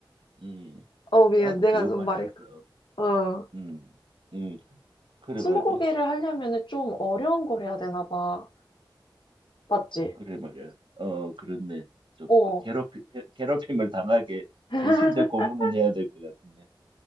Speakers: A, on the right (about 75°); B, on the left (about 70°).
A: 음,
B: 어, 미안.
A: 나도
B: 내가
A: 겨우
B: 좀
A: 맞췄어.
B: 말을, 어.
A: 음, 음, 그래
B: 스무고개를
A: 말이야.
B: 하려면은 좀 어려운 걸 해야 되나 봐. 맞지?
A: 그래 말이야. 어, 그렇네. 좀
B: 어.
A: 그- 괴롭히, 괴- 괴롭힘을 당하게
B: <laughs>
A: 정신적 고문을 해야 될 것 같은데.